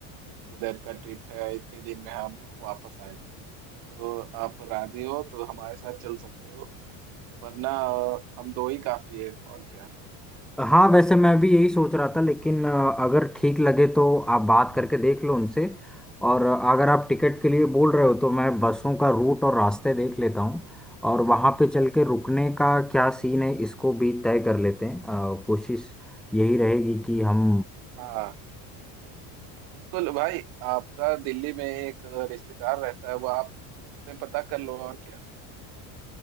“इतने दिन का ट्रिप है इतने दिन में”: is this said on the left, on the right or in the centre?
Right